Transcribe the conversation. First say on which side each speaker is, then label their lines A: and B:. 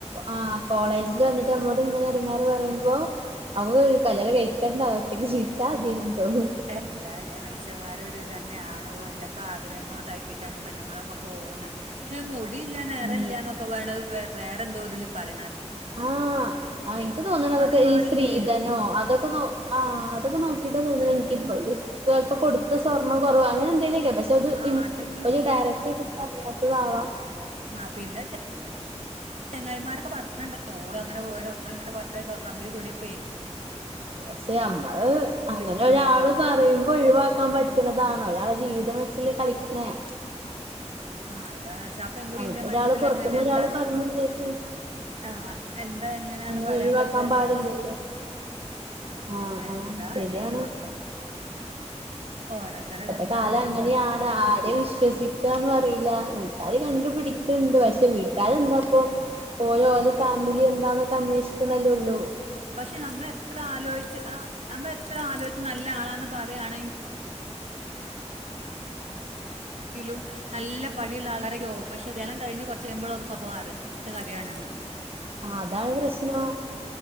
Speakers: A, on the right; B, on the right.
A: ആ കോളേജിൽ വന്നിട്ട് നമ്മോട് ഇങ്ങനെ ടങ്ങേർ പറയുമ്പോ നമ്മക്ക് കല്യാണം കഴിക്കണ്ട ഒറ്റയ്ക്ക് ചീവിച്ചാ തിയെന്ന് തോന്നും
B: എന്താലേ മനുഷ്യന്മാരൊരിതെന്നാണ് എന്തൊക്കെ ആഗ്രഹങ്ങൾ ഇതാക്കിയിട്ടാണ് പെണ്ണുങ്ങളൊക്കെ പോന്ന് പക്ഷെ മു ടില്ല നെറല്ലന്നൊക്കെ
A: ഉം
B: പറെണ് വേറെന്തോതിൽ പറ
A: ആ എനിക്ക് തോന്ന്ണെ അതൊക്കെ
B: അത് കാണില്ലേ
A: ഈ ശ്രീധനോ അതൊക്കെ നോ ആ അതൊക്കെ നോക്കിട്ടാ തോന്ന്ണെ ഇ പ്പോം കൊടുത്ത സ്വർണ്ണം കൊറവോ അങ്ങനെന്തെങ്കിലേക്കും പക്ഷെ അത്
B: ആ
A: ഇൻ
B: അതൊക്കെയോ
A: ഒരു ഡയറക്ട് ആയിട്ട് പറയാ അതാവാ
B: ആ പിന്നെ ചെ ചെങ്ങായിമാരൊക്കെ പറഞ്ഞിട്ടുണ്ടാവും ഓള് അങ്ങനെ പോര ഇങ്ങനെ പോര കമ്പനി കൂടിയപ്പെ
A: പക്ഷേ ഞമ്മള് അങ്ങനെ
B: കിട്ടുണ്ടോ
A: ഒരാള് പറയുമ്പോ ഒഴിവാക്കാൻ പറ്റണതാണോ ഒ ജീവിതം വേ ച്ച് ലെ കളിക്കണേ
B: ആ താണ് ക്ഷെ അ പെൺകുട്ടീടെ
A: അങ്ങനെ ഒരാള്
B: മനസ്സില്
A: പുറത്തുന്ന്
B: എങ്ങനെ
A: ഒരാള്
B: എന്താ
A: പറഞ്ഞു വിചാരിച്ച
B: ആ എന്താ എങ്ങനെയന്ന്
A: അങ്ങനെ
B: പറയാൻ
A: ഒഴിവാക്കാൻ
B: പറ്റില്ലല്ലോ
A: പാടില്ലല്ലോ
B: ഉം
A: ആഹ്
B: എന്താ
A: ആഹ് ശരിയാണ്
B: ആയാലും മക്ക ഓരോരുത്തരത്
A: ഇപ്പത്തെ
B: എന്താ
A: കാലം
B: നമുക്കല്ല
A: അങ്ങനെയാണ് ആരേം വിശ്വസ ന്നും അറിയില്ല വീട്ടാര് കണ്ട് പിടിക്ക്ണ്ട് പക്ഷെ വീട്ടാരെന്താപ്പൊ ഓര് ഓലോ ഫാമിലി എന്താന്നൊക്കെ അന്വേഷിക്കണല്ലോള്ളൂ
B: പക്ഷെ നമ്മൾ എത്ര ആലോചിച്ച് ആ നമ്മൾ എത്ര ആലോച്ച് നല്ല ആളാന്ന് പറാണെങ്കി ങ്കിലും നല്ല പണിയുള്ള ആളരൊക്കെ ആവും പക്ഷെ കല്യാണം കഴിഞ്ഞ് കുറച്ച്റിയുമ്പള ഓലെ സ്വഭാവം മാറാ ത്തെ <unintelligible>
A: ആ അതാണ് പ്രശ്നം